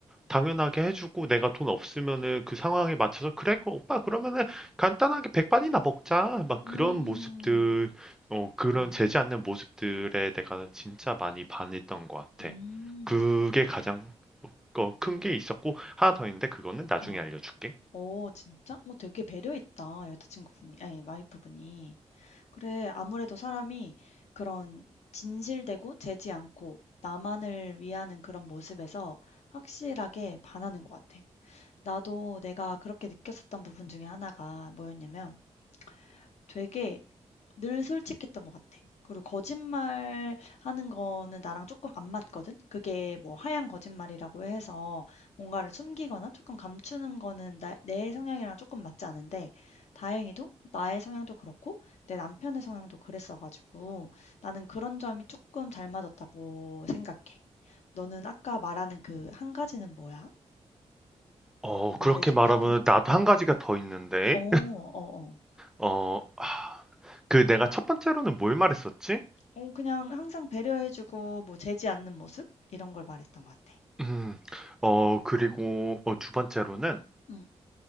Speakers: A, in the centre; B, on the left (about 70°).
A: 당연하게 해주고 내가 돈 없으면은 그 상황에 맞춰서 그래 그 오빠 그러면은 간단하게 백반이나 먹자 막
B: 음.
A: 그런 모습들 어 그런
B: 음.
A: 재지 않는 모습들에 내가 진짜 많이 반했던 것 같아.
B: 음.
A: 그게 가장 큰 게 있었고 하나 더 있는데 그거는 나중에
B: 어.
A: 알려줄게.
B: 어 진짜? 어 되게 배려있다. 여자친구분이 아니 와이프분이. 그래 아무래도 사람이 그런 진실되고 재지 않고 나만을 위하는 그런 모습에서 확실하게 반하는 것 같아. 나도 내가 그렇게 느꼈었던 부분 중에 하나가 뭐였냐면 되게 늘 솔직했던 것 같아. 그리고 거짓말 하는 거는 나랑 조금 안 맞거든? 그게 뭐 하얀 거짓말이라고 해서 뭔가를 숨기거나 조금 감추는 거는 나, 내 성향이랑 조금 맞지 않은데 다행히도 나의 성향도 그렇고 내 남편의 성향도 그랬어가지고 나는 그런 점이 조금 잘 맞았다고 생각해. 너는 아까 말하는 그 한 가지는 뭐야?
A: 어
B: 말해주고
A: 그렇게 말하면
B: 싶은?
A: 나도
B: 어,
A: 한 가지가 더 있는데.
B: 어, 어, 어.
A: 어 아 그 내가 첫 번째로는 뭘 말했었지?
B: 어, 그냥 항상 배려해주고 뭐 재지 않는 모습? 이런 걸 말했던 것 같아.
A: 음. 어 그리고 어 두 번째로는
B: 음.